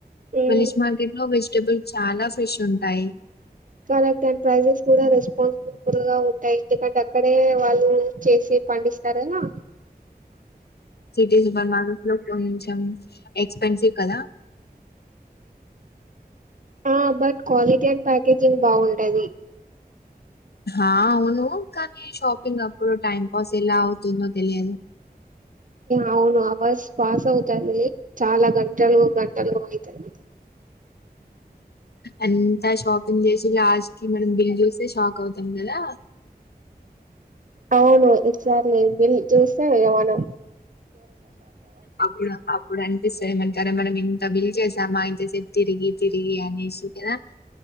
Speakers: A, on the right; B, on the left.
A: ఉమ్,
B: విలేజ్ మార్కెట్ లో వెజిటేబుల్ చాలా ఫ్రిష్ ఉంటాయి
A: కారక్ టన్ ప్రైజెస్ కూడా రెస్పాన్స్బుల్ గా ఉంటాయి ఎందుకంటే అక్కడే వాళ్ళు చేసి పండిస్తారు కదా
B: సిటీ సూపర్ మార్కెట్స్ లో కొంచెం ఎక్స్పెన్సివ్ కదా
A: ఆ బట్ క్వాలిటీ అండ్ ప్యాకేజింగ్ బాగుంటది
B: ఆ అవును కానీ షాపింగ్ అప్పుడు టైం పాస్ ఎలా అవుతుందో తెలియదు
A: అవును అవర్స్ పాస్ అవుతది చాలా గంటలు గంటలు అయితది
B: అంతా షాపింగ్ చేసి లాస్ట్ కి మనం బిల్ చూస్తే షాక్ అవుతాం కదా
A: అవును ఎసార్లీ చూస్తా ఏమను
B: అప్పుడు అప్పుడు అన్ని పిస్తయమంటారా మనం ఇంత బిల్ చేసామా ఇంతసేపు తిరిగి తిరిగి అనేసి కదా